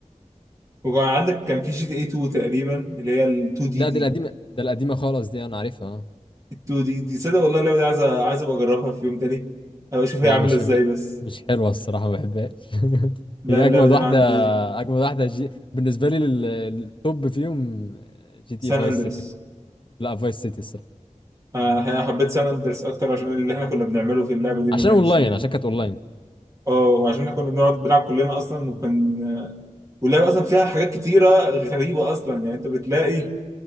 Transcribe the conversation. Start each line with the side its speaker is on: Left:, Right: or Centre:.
Right: وكان عندك كان في جي تي اي 2 تقريبا اللي هي ال 2 دي
Left: لا
Right: دي
Left: دي القديمة ده القديمة خالص دي أنا عارفها آه.
Right: ال 2 دي دي صدق والله اللعبه دي عايز أ- عايز ابقى اجربها في يوم تاني ابقى اشوف
Left: لا
Right: هي عامله
Left: مش
Right: ازاي بس
Left: مش حلوة الصراحة ما بحبهاش <laughs>
Right: لا
Left: هي
Right: اللعبه
Left: أجمد
Right: دي
Left: واحدة
Right: انا عندي
Left: أجمد واحدة جي... بالنسبة لي ال- التوب فيهم جي تي
Right: سان
Left: إيه فايس
Right: اندرس
Left: سيتي لا فايس سيتي الصراحة
Right: آه حبيت سان اندرس اكتر عشان اللي احنا كنا بنعمله في اللعبه دي
Left: عشان
Right: ما كانش
Left: أونلاين عشان كانت أونلاين
Right: اه وعشان احنا كنا بنقعد بنلعب كلنا اصلا وكان واللعبه اصلا فيها حاجات كتيره غريبه اصلا يعني انت بتلاقي